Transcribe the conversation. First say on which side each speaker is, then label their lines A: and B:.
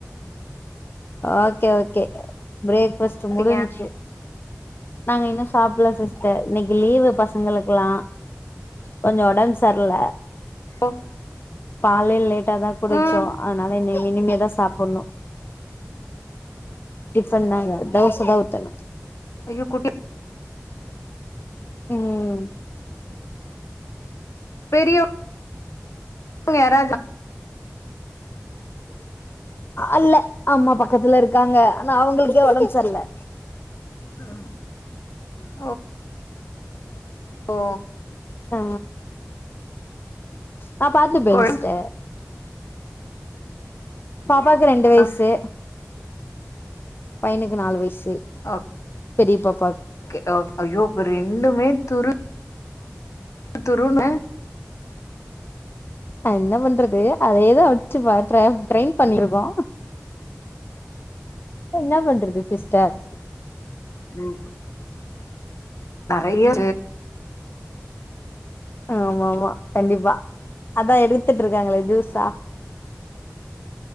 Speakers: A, on the left; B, on the left.
A: ஓகே ஓகே பிரேக்பாஸ்ட்ட்
B: சாப்ட்டீங்க
A: முடிஞ்சு நாங்க இன்னும் சாப்பிடல சிஸ்டர் இன்னைக்கு லீவு பசங்களுக்கெல்லா கொஞ்சோ ஒடம்பு சரல
B: ஓ
A: கலைய லேட்டாாதான் க் குளிச்சோ
B: ம்
A: அதனால இன இனிமேதா சாப்பிடணு டிஃபன் த தோசை தான் ஊத்தணு
B: அ குட்ட
A: ம்
B: பெரிய யாரஜா
A: அல்ல அம்மா பக்கத்துல இருக்காங்க ஆனா அவங்களுக்கே ஒடம்ப சர்ல
B: ம் ஒ
A: ஆ நா பாத்து பென்ஸ்டே
B: கொழ
A: பாப்பாக்கு ரெண்டு வயசு
B: ஆ
A: பையனுக்கு நாலு வயசு
B: ஆ
A: பெரிய பாப்
B: ஓகே ஆ ஐயோ அப்ப ரெண்டுமே துரு தரூன்னு
A: நா என்ன பண்றது அதேதா வெச்சு பா ட்ரா ட்ரெயின் பண்ணிருக்கோ என்ன பண்றது சிஸ்டர்
B: உம் நெறைய
A: ஆமா ஆமா கண்டிப்பா அதா எடுத்துட்டு இருக்காங்களே ஜூஸா